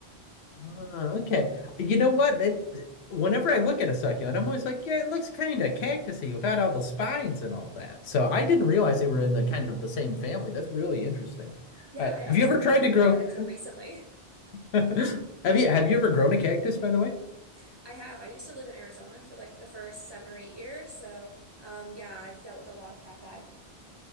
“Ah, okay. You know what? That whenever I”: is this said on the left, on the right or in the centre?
Left